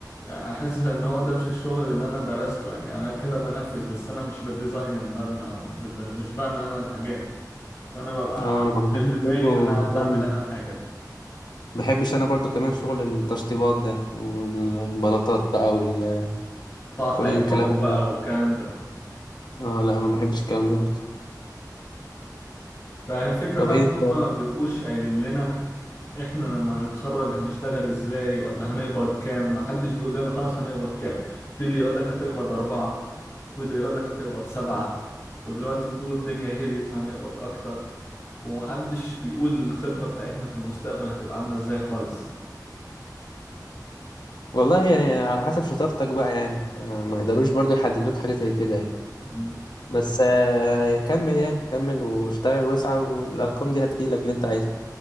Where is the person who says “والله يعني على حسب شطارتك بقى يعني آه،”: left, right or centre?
Left